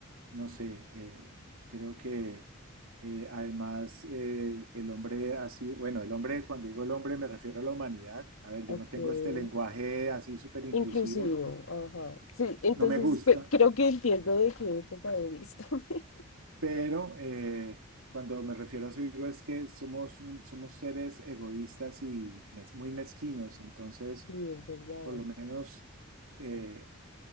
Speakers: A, on the right; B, on the left.
A: no sé, eh, creo que eh, además eh, el hombre ha sido, bueno, el hombre, cuando digo el hombre me refiero a la humanidad. A ver, yo
B: ok,
A: no tengo este lenguaje así súper inclusivo,
B: inclusivo,
A: no,
B: ajá, sí, entonces
A: no me gusta,
B: cre- creo que entiendo de qué época eres también. <laughs>
A: pero eh, cuando me refiero a eso digo es que somos, un- somos seres egoístas y mez- muy mezquinos, entonces
B: Sí, es verdad.
A: por lo menos... eh,